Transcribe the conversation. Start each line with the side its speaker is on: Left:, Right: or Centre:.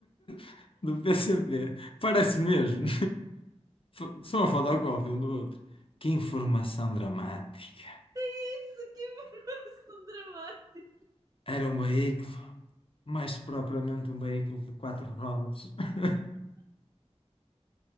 Left: <laughs> do PCP, parece mesmo. F- Só uma fotocópia um do outro. Que informação dramática.
Right: É Isso, que informação dramática.
Left: Era um veículo, mais propriamente um veículo de quatro rodas. <laughs>